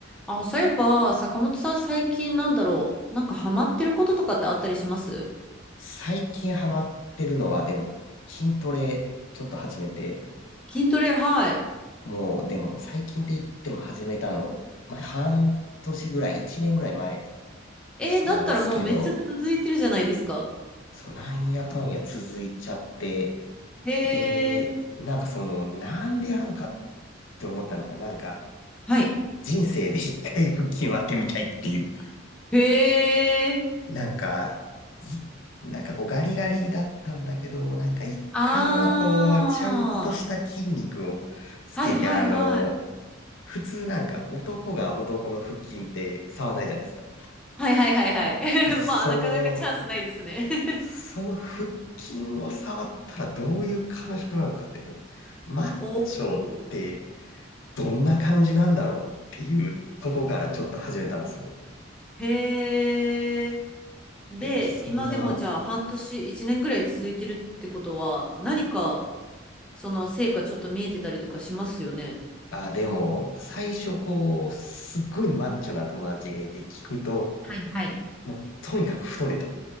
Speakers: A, in the centre; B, on the left.
A: あ、そういえば、坂本さん最近なんだろう。なんかハマってることとかってあったりします
B: 最近ハマってるのは、でも、筋トレちょっと始めて、
A: 筋トレ、はい。
B: もう、でも、最近って言っても始めたの、まあ、半年ぐらい、一年ぐらい前
A: えー、
B: なんすけど、
A: だったらもうめっちゃ続いてるじゃないですか。
B: そう、なんやかんや続いちゃって、
A: へ
B: で、
A: え。
B: なんかその、なんでやろうかって思ったのが、なんか、
A: はい。
B: 人生で一回腹筋割ってみたいっていう
A: へえ。
B: なんか、い、なんかこうガリガリだったんだけども、なんか一回はこう、
A: あー。
B: ちゃんとした筋肉をつけて、
A: はいはいはい。
B: あの、普通なんか男が男の腹筋って触らないじゃないですか。だ
A: はいはいはいはい。
B: からその、
A: <laughs> まあ、なかなかチャンスないですね
B: その腹筋を触ったらどういう感触なのかってこう、
A: <laughs>
B: マッチョって
A: おー。
B: どんな感じなんだろうっていうとこからちょっと始めたんですよ。
A: へえ。で、
B: でもそんな
A: 今でもじゃあ半年、一年ぐらい続いてるってことは、何かその成果ちょっと見えてたりとかしますよね。
B: あ、でも、最初こう、すっごいマッチョな友達がいて聞くと、
A: はいはい。
B: もうとにかく太れと。